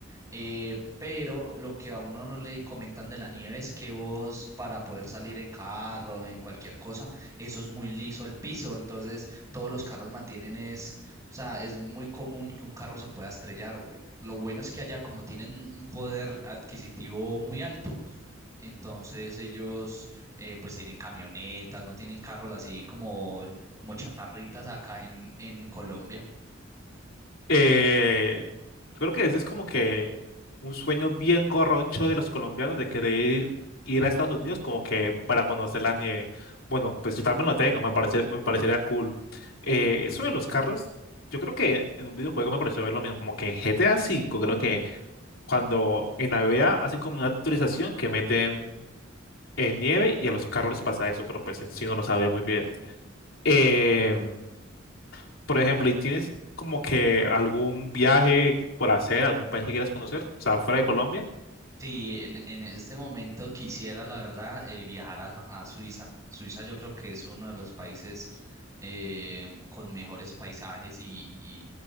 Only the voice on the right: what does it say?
eh, pero lo que a uno no le comentan de la nieve es que vos para poder salir en carro, en cualquier cosa, eso es muy liso el piso, entonces todos los carros mantienen es, o sea, es muy común que un carro se pueda estrellar. Lo bueno es que allá como tienen un poder adquisitivo muy alto, entonces ellos eh, pues tienen camionetas, no tienen carros así como, como chatarritas acá en, en Colombia.
Sí, en, en este momento quisiera, la verdad, eh, viajar a, a Suiza. Suiza yo creo que es uno de los países eh, con mejores paisajes y, y,